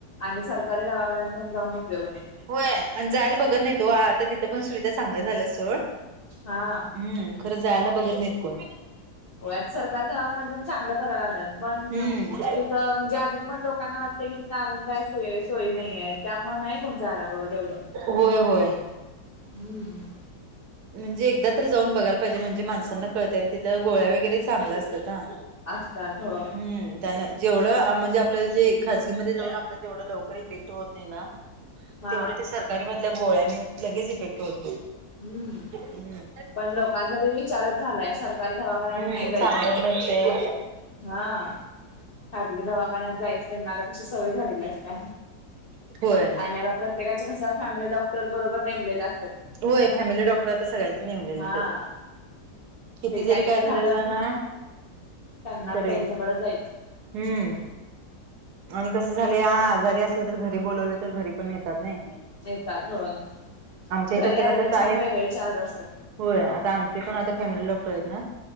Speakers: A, on the left; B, on the right.
A: आणि सरकारी दवाखान्यात पण जाऊन उपयोग नाही.
B: होय आणि जायला बघत नाही ओ आता तिथं पण सुविधा चांगल्या झाल्यात सोड.
A: हा.
B: हम्म खरं जायला बघत नाहीत कोण.
A: होया सरकार दवाखान्यातून चांगलं कराय लागणार पण
B: हम्म
A: तिथं म्हणजे अजून पण लोकांना की तिथं अजून काही सोय सोय नाहीये त्यामुळे नाही कोण जायला बघत एवढ.
B: होय होय.
A: हम्म.
B: म्हणजे एकदा तर जाऊन बघायला पाहिजे म्हणजे माणसांना कळते आणि तिथल्या गोळ्या वगैरे चांगलं असतं ना.
A: असतात होय.
B: हम् त्यान जेवढं म्हणजे आपल्या जे खाजगीमध्ये जाऊन आपलं तेवढं लवकर येते होत नाही ना
A: हा
B: तेवढं ते सरकारी मधल्या गोळ्यांनी लगेच इफेक्ट होतो.
A: हमम.
B: हम्म
A: पण लोकांचा विचारच झालाय सरकारी दवाखान्यात
B: हम्म
A: नाही जायचं
B: चांगलं नसतंय.
A: हा. हा खाजगी दवाखान्यात जायचं त्यांना आता कशी सवय झालेली असते.
B: होय
A: आणि आता प्रत्येकाचे कस फॅमिली डॉक्टर बरोबर नेमलेले असते.
B: होय फॅमिली डॉक्टर आता सगळ्यांचे नेमलेलेच
A: हा
B: आहेत. किती
A: ते काहीतरी
B: जरी काय
A: झालं
B: झालेलं
A: की
B: ना.
A: त्यांना
B: तरी
A: त्यांच्याकडे
B: हम्म
A: जायचं
B: अन कस झाले ह आजारी असलं तर घरी बोलवले तर घरी पण येतात नाही.
A: येतात होय.
B: ते
A: घरी
B: तर
A: आलेल्याचे
B: आहेच
A: आणि वेगळे चार्ज असतात
B: होय आता आमचे पण आता फॅमिली डॉक्टर आहेत ना.